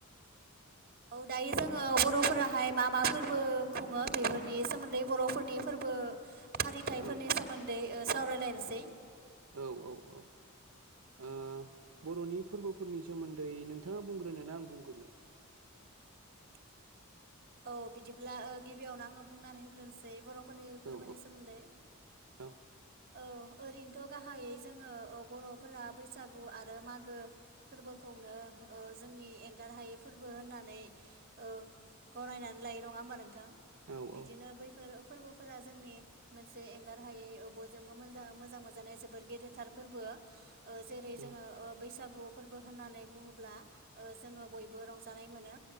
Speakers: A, on the right (about 45°); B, on the right (about 80°).
A: औ दायो जोङो बर'फोराहाय मा मा फोरबो खुङो बेफोरनि सोमोन्दै बर'फोरनि फोरबो फालिथायफोरनि
B: औ
A: सोमोन्दै ओ सावरायलायनोसै।
B: औ औ औ ओ बर'नि फोरबोफोरनि सोमोन्दै नोंथाङा बुंग्रोनोना आं बुंग्रोनो?
A: <inaudible> औ बिदिब्ला ओ गिबियावनो आङो बुंनानै होग्रोनोसै बर' फोरनि फोरबोनि
B: औ
A: सोमोन्दै
B: औ
A: औ ओरैनोथ' गाहायै जोङो ओ बर'फोरा बैसागु आरो मागो फोरबोखौनो ओ जोंनि एंगार हायै फोरबो होननानै ओ गनायनानै लायो नङा होमबा नोंथां?
B: औ
A: बिदिनो
B: औ
A: बैफोर फोरबोफोरा जोंनि मोनसे एंगार हायै ओ बयजोंबो मोज मोजां मोनजा जोबद गेदेरथार फोरबो जेरै
B: औ
A: जोङो ओ बैसागु फोरबो होननानै बुङोब्ला ओ जोङो बयबो रंजानाय मोनो